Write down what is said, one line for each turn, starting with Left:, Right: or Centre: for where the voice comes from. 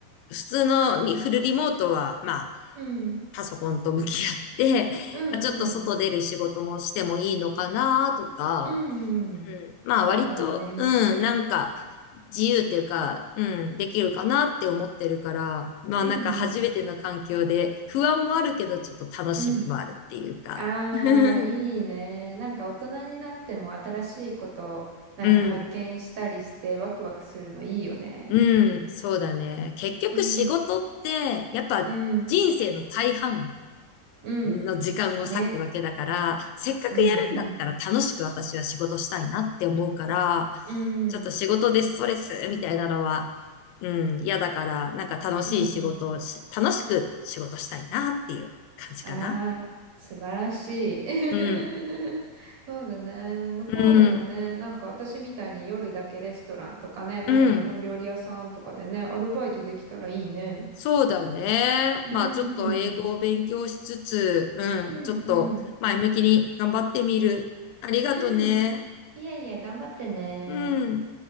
Left: 普通のリフルリモートはまあ
Right: うん、
Left: パソコンと向き合って、<laughs>
Right: うん、
Left: まあ、ちょっと外出る仕事もしてもいいのかなとか、
Right: うん、うん、
Left: うん、
Right: うんそうだね。
Left: まあ割と、うん、なんか自由っていうか、うん、できるかなって思ってるから、まあなんか初めての環境で不安もあるけどちょっと楽しみもあるっていうか。
Right: うん、うん、うん。ああ、
Left: <laughs>
Right: いいね。なんか大人になっても新しいことなんか発見したりしてワクワクするのいいよね。
Left: うん、うん、そうだね。結局仕事って、
Right: うん、
Left: やっぱ人生の大半
Right: うん、ねうん、
Left: の時間を割くわけだから、
Right: ね。
Left: せっかくやるんだったら楽しく私は仕事したいなって思うから、
Right: うん、うん、うん、
Left: ちょっと仕事でストレスみたいなのは、うん、嫌だから、なんか楽しい仕事をし、
Right: うん、うん。
Left: 楽しく仕事したいなっていう感じかな。
Right: ああ、素晴らしい。<laughs>
Left: うん、
Right: そうだね。向こうでもね、
Left: うん、
Right: なんか私みたいに夜だけレストランとかね、なんか日本料理屋さんとかでね、
Left: うん。
Right: アルバイトできたらいいね。
Left: そうだね。
Right: うん、
Left: まあちょっと英語を勉強しつつ、
Right: うん、
Left: うん、
Right: うん、
Left: ちょっと前向きに頑張ってみる。ありがとね。
Right: うん。いえいえ、頑張ってね。
Left: うん。